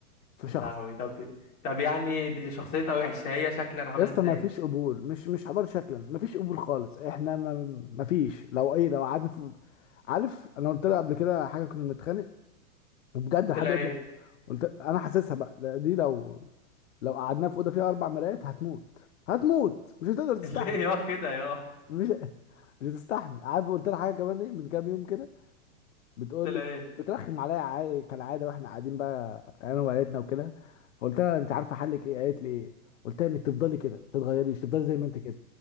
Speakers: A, on the left (about 55°); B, on the left (about 20°).
A: في
B: يا
A: شخص
B: لهوي طب طب يعني دي شخصيتها وحشة هي شكلا عاملة
A: يا اسطى
B: إزاي
A: ما فيش قبول مش مش حوار شكلا ما فيش قبول خالص احنا ما, ما فيش لو ايه لو قعدنا في عارف انا قلت لها قبل كده حاجه كنا بنتخانق وبجد
B: قلت
A: لحد
B: لها
A: دلوقتي
B: إيه
A: قلت انا حاسسها بقى لا، دي لو لو قعدنا في اوضه فيها اربع مرايات هتموت هتموت مش هتقدر
B: <laughs>
A: تستحمل
B: ليه يا كده يا قلت
A: مش مش هتستحمل عارف قلت لها حاجه كمان ايه من كام يوم كده بتقول
B: لها
A: لي
B: إيه
A: بترخم عليا عادي كالعاده واحنا قاعدين بقى انا وعيلتنا وكده فقلت لها انت عارفه حلك ايه قالت لي ايه قلت لها انك تفضلي كده ما تتغيريش تفضلي زي ما انت كده